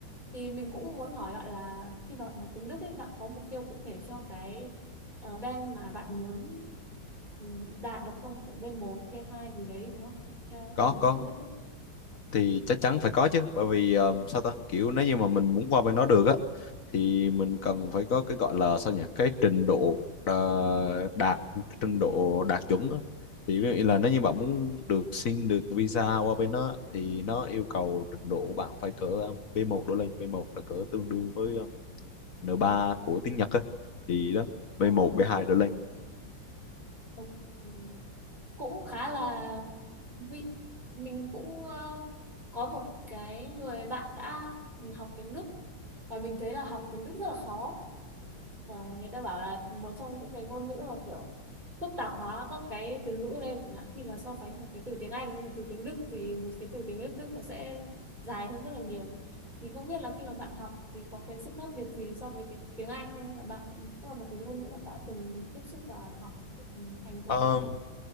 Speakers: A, on the right; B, on the left.
A: Thì mình cũng muốn hỏi bạn là khi bạn học tiếng Đức ấy, bạn có mục tiêu cụ thể cho cái uh, bên mà bạn muốn ừ, đạt được không? Kiểu B1, B2 gì đấy đúng không? Theo
B: Có
A: tiếng
B: có
A: Đức ấy.
B: thì chắc chắn phải có chứ bởi vì ờ, sao ta kiểu nếu như mà mình muốn qua bên đó được á thì mình cần phải có cái gọi là sao nhỉ cái trình độ ờ, đạt trình độ đạt chuẩn á. thì ví dụ như là nếu như bạn muốn được xin được visa qua bên đó thì nó yêu cầu trình độ bạn phải cỡ ờ, B1 đổ lên B1 là cỡ tương đương với ờ, N3 của tiếng Nhật á thì đó
A: Ờ,
B: B1 B2 đổ lên
A: ok. Ừ. cũng khá là vị mình cũng ờ, có một cái người bạn đã học tiếng Đức và mình thấy là học tiếng Đức rất là khó Rồi, người ta bảo là một trong những cái ngôn ngữ mà kiểu phức tạp hóa các cái từ ngữ lên chẳng hạn khi mà so sánh một cái từ tiếng Anh với một từ tiếng Đức thì một cái từ tiếng Đức Đức nó sẽ dài hơn rất là nhiều thì không biết là khi mà bạn học thì có cái sự khác biệt gì so với cái tiếng Anh không là bạn cũng là một cái ngôn ngữ bạn đã từng tiếp xúc và học ừ, thành thục
B: Ờ,
A: đấy